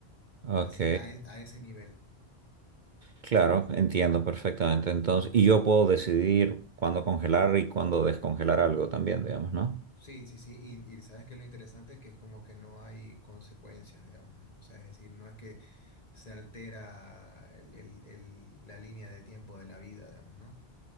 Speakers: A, on the right (about 50°); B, on the left (about 35°).
A: Ok.
B: Así, a, e- a ese nivel.
A: Claro, entiendo perfectamente. Entonces, y yo puedo decidir cuándo congelar y cuándo descongelar algo también, digamos, ¿no?
B: Sí, sí, sí. Y, y sabes que lo interesante que es como que no hay consecuencias, digamos, ¿no? O sea, es decir, no es que se altera el- el- el- la línea de tiempo de la vida, digamos, ¿no?